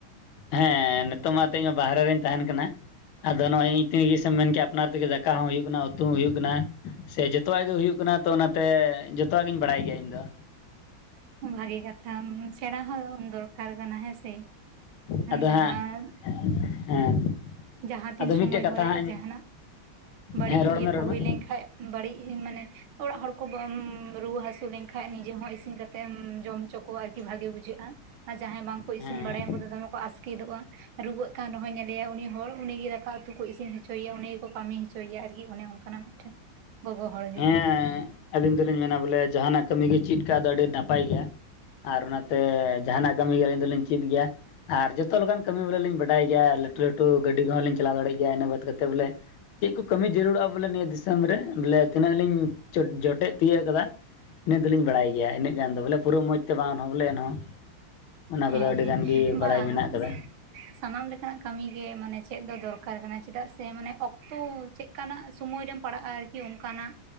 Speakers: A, on the left; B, on the right.
A: ᱦᱮᱸ ᱱᱤᱛᱚᱜ ᱢᱟ ᱛᱮᱦᱮᱧᱚᱜ ᱵᱟᱦᱨᱮ ᱨᱤᱧ ᱛᱟᱦᱮᱱ ᱠᱟᱱᱟ᱾ ᱟᱫᱚ ᱱᱚᱜᱼᱚᱭ ᱤᱧ ᱛᱤᱜᱤ ᱥᱮᱢ ᱢᱮᱱ ᱠᱮᱭᱟ ᱟᱯᱱᱟᱨ ᱛᱮᱜᱮ ᱫᱟᱠᱟ ᱦᱚᱸ ᱦᱩᱭᱩᱜ ᱠᱟᱱᱟ ᱩᱛᱩ ᱦᱚᱸ ᱦᱩᱭᱩᱜ ᱠᱟᱱᱟ᱾ ᱥᱮ ᱡᱚᱛᱚᱣᱟᱜ ᱜᱮ ᱦᱩᱭᱩᱜ ᱠᱟᱱᱟ ᱛᱚ ᱚᱱᱟᱛᱮ ᱡᱚᱛᱚᱣᱟᱜ ᱜᱤᱧ ᱵᱟᱲᱟᱭ ᱜᱮᱭᱟ ᱤᱧ ᱫᱚ᱾
B: ᱵᱷᱟᱜᱤ ᱠᱟᱛᱷᱟ ᱥᱮᱬᱟ ᱦᱚᱸ ᱫᱚᱨᱠᱟᱨ ᱠᱟᱱᱟ ᱦᱮᱸᱥᱮ
A: ᱟᱫᱚ ᱦᱟᱸᱜ
B: ᱡᱟᱦᱟᱸ
A: <unintelligible> ᱦᱮᱸ
B: ᱡᱟᱦᱟᱸ ᱛᱤᱱ
A: ᱟᱫᱚ ᱢᱤᱫᱴᱮᱡ
B: ᱥᱳᱢᱳᱭ
A: ᱠᱟᱛᱷᱟ
B: ᱜᱚᱨᱮ
A: ᱦᱟᱸᱜ ᱤᱧ
B: ᱡᱟᱦᱟᱱᱟᱜ ᱵᱟᱹᱲᱤᱡ
A: ᱦᱮᱸ ᱨᱚᱲ
B: ᱤᱭᱟᱹ
A: ᱢᱮ ᱨᱚᱲ
B: ᱠᱚ ᱦᱩᱭ
A: ᱢᱮ
B: ᱞᱮᱱ ᱠᱷᱟᱡ ᱵᱟᱹᱲᱤ ᱤᱡ ᱢᱟᱱᱮ ᱚᱲᱟᱜ ᱦᱚᱲ ᱠᱚ ᱵᱚᱢᱻ ᱨᱩᱣᱟᱹ ᱦᱟᱹᱥᱩ ᱞᱮᱱᱠᱷᱟᱡ ᱱᱤᱡᱮ ᱦᱚᱸ ᱤᱥᱤᱱ ᱠᱟᱛᱮᱫ ᱮᱢᱻ ᱡᱚᱢ ᱦᱚᱪᱚ ᱠᱚᱣᱟ ᱟᱨᱠᱤ ᱵᱷᱟᱜᱮ ᱵᱩᱡᱷᱟᱹᱜᱼᱟ ᱟᱨ ᱡᱟᱦᱟᱸᱭ ᱵᱟᱝ ᱠᱚ
A: ᱦᱮᱸ
B: ᱤᱥᱤᱱ ᱵᱟᱲᱟᱭᱟ ᱩᱱᱠᱩ ᱫᱚ ᱫᱚᱢᱮ ᱠᱚ ᱟᱥᱠᱮᱫᱚᱜᱼᱟ ᱨᱩᱣᱟᱹᱜ ᱠᱟᱱ ᱨᱮᱦᱚᱭ ᱧᱮᱞᱮᱭᱟ ᱩᱱᱤ ᱦᱚᱲ ᱩᱱᱤᱜᱮ ᱫᱟᱠᱟ ᱩᱛᱩ ᱠᱚ ᱤᱥᱤᱱ ᱦᱚᱪᱚᱭᱮᱭᱟ ᱩᱱᱤ ᱜᱮᱠᱚ ᱠᱟᱹᱢᱤ ᱦᱚᱪᱚᱭᱮᱭᱟ ᱟᱨᱠᱤ ᱚᱱᱮ ᱚᱱᱠᱟᱱᱟᱜ ᱢᱤᱫᱴᱮᱱ ᱜᱚᱜᱚ ᱦᱚᱲ ᱜᱮ
A: ᱦᱮᱸᱻ ᱟᱹᱞᱤᱧ ᱫᱚᱞᱤᱧ ᱢᱮᱱᱟ ᱵᱚᱞᱮ ᱡᱟᱦᱟᱱᱟᱜ ᱠᱟᱹᱢᱤ ᱜᱤ ᱪᱮᱫ ᱠᱟᱜ ᱫᱚ ᱟᱹᱰᱤ ᱱᱟᱯᱟᱭ ᱜᱮᱭᱟ ᱟᱨ ᱚᱱᱟᱛᱮ ᱡᱟᱦᱟᱱᱟᱜ ᱠᱟᱹᱢᱤ ᱜᱮ ᱟᱹᱞᱤᱧ ᱫᱚᱞᱤᱧ ᱪᱮᱫᱽ ᱜᱮᱭᱟ᱾ ᱟᱨ ᱡᱚᱛᱚ ᱞᱮᱠᱟᱱ ᱠᱟᱹᱢᱤ ᱵᱚᱞᱮ ᱞᱤᱧ ᱵᱟᱰᱟᱭ ᱜᱮᱭᱟ ᱞᱟᱹᱴᱩ ᱞᱟᱹᱴᱩ ᱜᱟᱹᱰᱤ ᱠᱚᱦᱚᱸᱞᱤᱧ ᱪᱟᱞᱟᱣ ᱫᱟᱲᱮᱭᱟᱜ ᱜᱮᱭᱟ ᱤᱱᱟᱹ ᱵᱟᱫᱽ ᱠᱟᱛᱮᱫ ᱵᱚᱞᱮ ᱪᱮᱫ ᱠᱚ ᱠᱟᱹᱢᱤ ᱡᱟᱹᱨᱩᱲᱚᱜᱼᱟ ᱵᱚᱞᱮ ᱱᱤᱭᱟᱹ ᱫᱤᱥᱚᱢ ᱨᱮ ᱵᱚᱞᱮ ᱛᱤᱱᱟᱹᱜ ᱞᱤᱧ ᱡᱚᱴᱮᱫ ᱛᱤᱭᱳᱜ ᱟᱠᱟᱫᱟ ᱤᱱᱟᱹᱜ ᱫᱚᱞᱤᱧ ᱵᱟᱲᱟᱭ ᱜᱮᱭᱟ ᱤᱱᱟᱹᱜ ᱜᱟᱱ ᱫᱚ ᱵᱚᱞᱮ ᱯᱩᱨᱟᱹ ᱢᱚᱸᱡᱽ ᱛᱮ ᱵᱟᱝ ᱵᱚᱞᱮ ᱮᱱᱦᱚᱸ ᱚᱱᱟ
B: ᱦᱮᱸ
A: ᱠᱚᱫᱚ ᱟᱹᱰᱤ
B: ᱦᱮᱸ
A: ᱜᱟᱱ ᱜᱮ
B: ᱵᱟᱝ
A: ᱵᱟᱲᱟᱭ ᱢᱮᱱᱟᱜ ᱟᱠᱟᱫᱟ
B: ᱥᱟᱱᱟᱢ ᱞᱮᱠᱟᱱᱟᱜ ᱠᱟᱹᱢᱤ ᱜᱮ ᱢᱟᱱᱮ ᱪᱮᱫ ᱫᱚ ᱫᱚᱨᱠᱟᱨ ᱠᱟᱱᱟ ᱪᱮᱫᱟᱜ ᱥᱮ ᱢᱟᱱᱮ ᱚᱠᱛᱚ ᱪᱮᱫ ᱚᱱᱠᱟᱱᱟᱜ ᱥᱳᱢᱳᱭ ᱨᱮᱢ ᱯᱟᱲᱟᱜᱼᱟ ᱟᱨᱠᱤ ᱚᱱᱠᱟᱱᱟᱜ